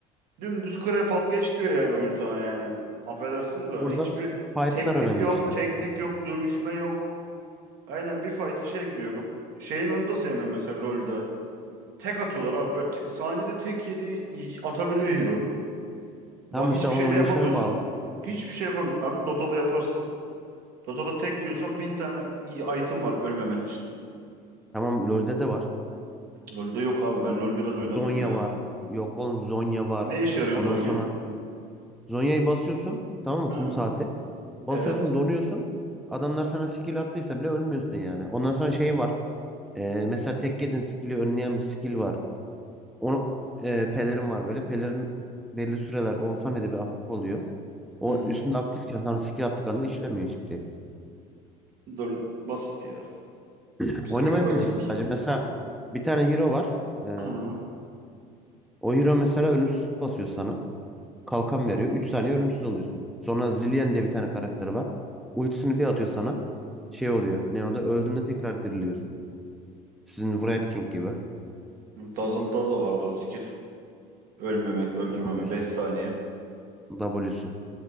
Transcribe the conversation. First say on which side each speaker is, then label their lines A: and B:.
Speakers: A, on the right; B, in the centre.
A: Dümdüz krep al geç diyor yani oyun sana yani. Affedersin de
B: Burada
A: hiçbir
B: fight'lar
A: teknik
B: önemli
A: yok,
B: işte.
A: teknik yok, dövüşme yok. Aynen bir fight'a şey gidiyor. Bu- Şeyin onu da sevmiyorum mesela lol'da. Tek atıyorlar abi. Böyle te- sahnede tek yedi atabiliyor hero. Bak
B: Tam
A: hiçbir
B: işte o
A: şey
B: oynayışına
A: de yapamıyorsun.
B: bağlı.
A: Hiçbir şey yapamıyorsun. Abi Dota'da yaparız. Dota'da tek yiyorsan bin tane iyi item var ölmemen için.
B: Tamam LoL'de de var.
A: Lol'da yok abi. Ben LoL biraz oynadım
B: Zonya
A: ya.
B: var. Yok oğlum Zonya var.
A: Ne işe yarıyor
B: Ondan
A: Zonya?
B: sonra Zonya'yı basıyorsun. Tamam mı?
A: Ha?
B: Kum saati. Basıyorsun
A: Evet.
B: donuyorsun. Adamlar sana skill attıysa bile ölmüyorsun yani. Ondan sonra şey var. Ee, mesela tek yedin skill'i önleyen bir skill var. Onu e, pelerin var böyle. Pelerin belli sürelerde 10 saniyede bir aktif oluyor. O
A: Hmm,
B: üstünde aktifken sana skill attıklarında işlemiyor hiçbir şey.
A: dol- basit ya.
B: <clears throat>
A: Bizde
B: Oynamayı
A: çok
B: bileceksin
A: item var.
B: sadece. Mesela
A: Yok.
B: bir tane hero var. Ee,
A: Ha.
B: o hero mesela ölümsüzlük basıyor sana. Kalkan veriyor. üç saniye ölümsüz oluyorsun. Sonra Zillion diye bir tane karakter var. Ultisini bir atıyor sana. Şey oluyor. Ne o da öldüğünde tekrar diriliyorsun. Sizin Wraith
A: Hmm.
B: King gibi.
A: Dazzle'da da vardı o skill. Ölmemek, öldürmeme
B: W'su.
A: 5 saniye.
B: W'su.